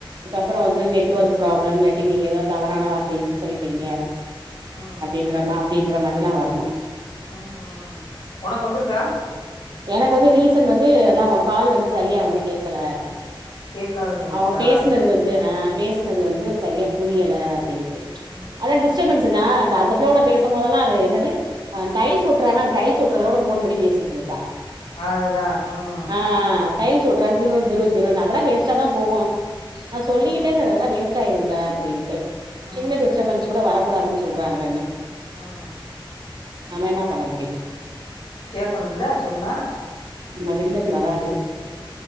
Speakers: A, on the right (about 55°); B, on the left (about 70°).
A: அப்புறம் வந்து நெட் ஒர்க் ப்ராப்ளம் இல்லாட்டி நீங்க ஏதோ தவறான வார்த்தைய யூஸ் பண்ணிடீங்க
B: ம்
A: அப்டின்ற மாதிரி அப்படின்ற மாதிரி எல்லாம் வருமா
B: உஹம் உனக்கு வந்தருக்கா
A: எனக்கு வந்து ரீசன் வந்து அதான் உங்க கால் வந்து சரியா வந்து கேக்கல
B: கேக்காதது வந்துச்சா
A: அவுங்க பேசினது வந்து அஹ் பேசினது வந்து
B: ம்
A: சரியா புரியல அப்படின்னு
B: ம்
A: அதான் டிஸ்டபன்ஸ்
B: ம்
A: தான் அந்த அந்த பிள்ளையோட பேசும் போதெல்லாம் அது என்னது அஹ் டைல்ஸ் ஒட்டுறாங்க அந்த டைல்ஸ் ஒட்டுறதோட ஃபோன் பண்ணி பேசிக்கிட்டு இருக்கா
B: அதுதா உம்
A: ஆ டைல்ஸ் ஒட்டுறாங்க கிரு கிரு கிருன்னு அதெல்லாம் வேஸ்ட்டா தான் போகும் நா சொல்லிக்கிட்டே
B: ம்
A: தா இருந்தே அதெல்லா வேஸ் ட்டாயிருப்ள அப்படின்ட்டு சின்ன
B: ம்
A: டிஸ்டர்பன்ஸ் கூட வரக்கூடாதுன்னு சொல்றாங்கன்ன
B: ஆஹ்
A: நம்ம என்ன பண்ண முடியும்
B: கேக்கணும்ல சொன்னா
A: ஆமா வில்லன் வராரு